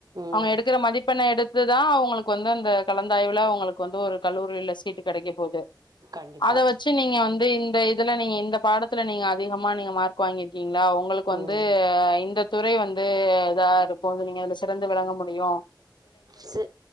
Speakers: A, on the right (about 55°); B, on the left (about 75°).
A: ம்
B: அவங்க எடுக்கிற மதிப் எடுத்து தான் அவங்களுக்கு வந்து அந்த கலந்தாய்வுல அவங்களுக்கு வந்து ஒரு கல்லூரியில சீட்டு கிடைக்க போகுது
A: கண்டிப்பா
B: அத வச்சு நீங்க வந்து இந்த இதுல நீங்க இந்த பாடத்துல நீங்க அதிகமா நீங்க மார்க் வாங்கிருக்கீங்களா உங்களுக்கு வந்து
A: ம்
B: இந்த துறை வந்து இதா இருக்கும் சிறந்து விளங்க முடியும்
A: ச